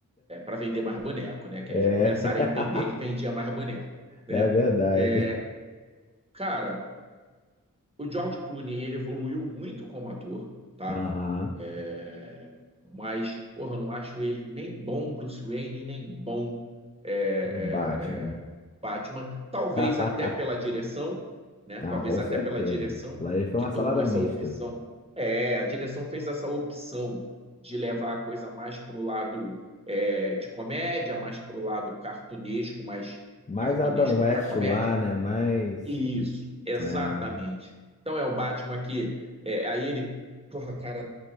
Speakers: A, on the right; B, on the left.
A: É para vender mais boneco, né? Que
B: É,
A: aí já começaram
B: <laughs>
A: a entender que vendia mais boneco, né?
B: é verdade.
A: É, cara, O George Clooney, ele evoluiu muito como ator, tá?
B: Aham.
A: É, mas, porra, eu não acho ele nem bom Bruce Wayne, nem bom é,
B: Do Batman.
A: é, é, Batman. Talvez
B: <laughs>
A: até pela direção, né?
B: Ah,
A: Talvez
B: com
A: até
B: certeza.
A: pela direção
B: Lá ele foi
A: que
B: uma
A: tomou
B: salada
A: essa
B: mista.
A: opção. É, a direção fez essa opção de levar a coisa mais para o lado é, de comédia, mais para o lado cartunesco, mais
B: Mais
A: cartunesco
B: Adam West
A: para comédia.
B: lá, né? Mais.
A: Isso, exatamente.
B: É.
A: Então é o Batman que. é, aí ele. Porra, cara,